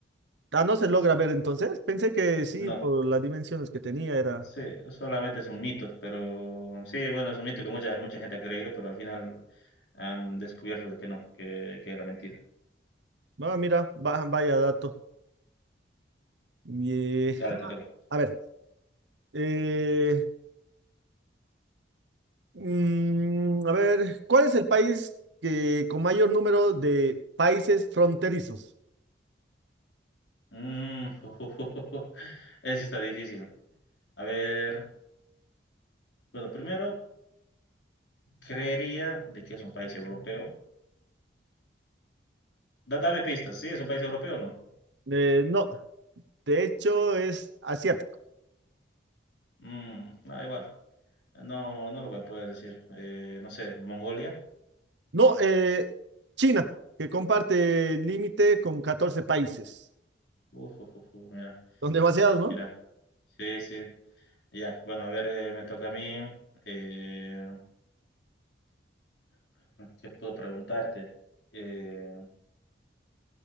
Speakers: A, on the right; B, on the left.
A: Ah, no se logra ver entonces. Pensé que sí,
B: No,
A: por las dimensiones que tenía era.
B: Sí, solamente es un mito, pero sí, bueno, es un mito que mucha, mucha gente ha creído, pero al final han descubierto de que no, que, que era mentira.
A: Ah, mira, va- vaya dato. Y, eh,
B: Dale,
A: <laughs>
B: te toca.
A: a ver, eh, mm, a ver, ¿cuál es el país que con mayor número de países fronterizos?
B: Mm, <laughs> ese sí está difícil. A ver, bueno, primero creería de que es un país europeo. Da- dame pistas, ¿sí? ¿Es un país europeo o no?
A: Eh, no, de hecho es asiático.
B: Mm, ah, igual. No, no lo voy a poder decir. Eh, no sé, Mongolia.
A: No, eh, China, que comparte límite con 14 países.
B: Uf, uf, uf, uf, mira,
A: Son demasiados, ¿no?
B: mira. Sí, sí. Ya, bueno, a ver, eh, me toca a mí. Eh, ¿Qué puedo preguntarte? Eh,